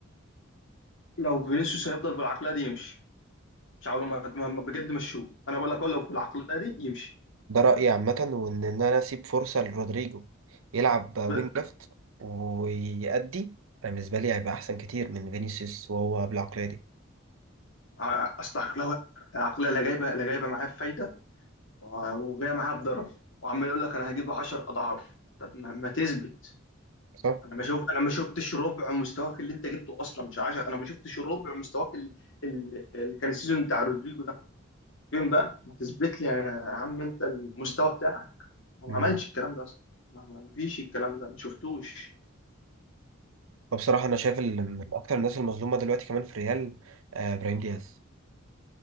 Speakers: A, on the left; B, on the right.
A: لو فينيسيوس هيفضل بالعقليه دي يمشي مش عاوز ما ما- ما- بجد مشوه انا بقول لك هو لو بالعقليه دي يمشي
B: ده رأيي عامة وإن إن أنا أسيب فرصة لرودريجو يلعب وينج
A: ب-
B: ليفت ويأدي أنا بالنسبة لي هيبقى أحسن كتير من فينيسيوس وهو بالعقلية دي
A: ع- اصل عقلها وحش. العقليه لا جايبه لا جايبه معاه فايده وجاي معايا بضرر وعمال يقول لك انا هجيب 10 اضعاف طب ما, ما تثبت
B: صح؟
A: انا ما شوف انا ما شفتش ربع مستواك اللي انت جبته اصلا مش 10 انا ما شفتش ربع مستواك ال- ال- اللي كان السيزون بتاع رودريجو ده فين بقى ما تثبت لي يا عم انت المستوى بتاعك هو
B: مم.
A: ما عملش الكلام ده اصلا ما, ما ما فيش الكلام ده ما شفتوش
B: فبصراحة أنا شايف ال- من أكتر الناس المظلومة دلوقتي كمان في ريال آه، إبراهيم دياز